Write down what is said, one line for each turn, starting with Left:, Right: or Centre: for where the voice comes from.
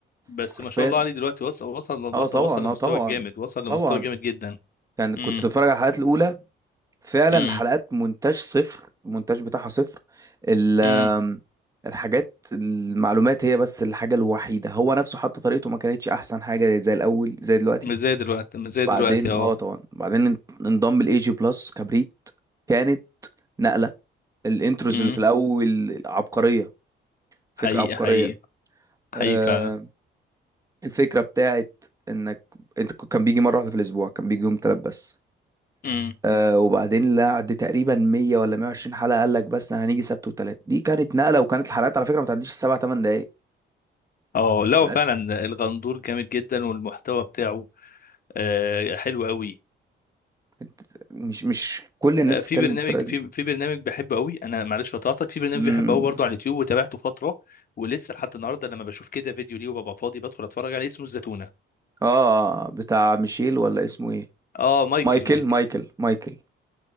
Left: بس
Right: حرفيا
Left: ما شاء الله عليه دلوقتي وصل وصل
Right: اه
Left: وصل
Right: طبعا
Left: وصل لمستوى
Right: اه طبعا
Left: جامد وصل
Right: طبعا
Left: لمستوى جامد جدا
Right: يعني كنت
Left: امم
Right: اتفرج على الحلقات الاولى فعلا
Left: امم
Right: الحلقات مونتاج صفر المونتاج بتاعها صفر ال- آم،
Left: امم
Right: الحاجات المعلومات هي بس الحاجة الوحيدة هو نفسه حتى طريقته ما كانتش أحسن حاجة زي الأول زي دلوقتي
Left: مش زي دلوقتي مش زي
Right: بعدين
Left: دلوقتي
Right: اه
Left: اه
Right: طبعا بعدين ان- انضم الاي جي بلس كبريت كانت نقلة الانتروز
Left: امم
Right: اللي في الأول عبقرية فكرة
Left: حقيقي
Right: عبقرية
Left: حقيقي حقيقي
Right: آه
Left: فعلا
Right: الفكرة بتاعت انك انت ك- كان بيجي مرة واحدة في الأسبوع كان بيجي يوم تلات بس
Left: امم
Right: آه وبعدين لعد تقريبا 100 ولا 120 حلقه قال لك بس انا هنيجي سبت وتلات دي كانت نقله وكانت الحلقات على فكره ما تعديش السبع ثمان دقائق
Left: اه لا هو
Right: حلقات
Left: فعلا الغندور جامد جدا والمحتوى بتاعه آه حلو قوي
Right: كانت- مش مش كل الناس
Left: آه في
Right: بتتكلم
Left: برنامج
Right: بالطريقه دي
Left: في في برنامج بحبه قوي انا معلش قطعتك في برنامج
Right: امم
Left: بحبه قوي برضه على اليوتيوب وتابعته فتره ولسه لحد النهارده لما بشوف كده فيديو ليه وببقى فاضي بدخل اتفرج عليه اسمه الزتونه
Right: اه بتاع ميشيل ولا اسمه ايه
Left: اه مايكل
Right: مايكل
Left: مايكل
Right: مايكل مايكل